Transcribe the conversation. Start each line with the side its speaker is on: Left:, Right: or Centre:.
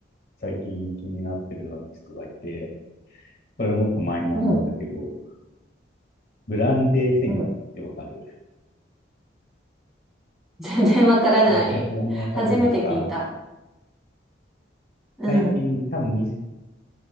Left: 最近気になってるアーティストがいて、これもっとマイナーなんだけど、
Centre: うん。
Left: ブランデー戦記ってわかる
Centre: うん <laughs> 全然わからない。
Left: いや、さすがにわかんないか。
Centre: 初めて聞いた。うん、
Left: 最近、多分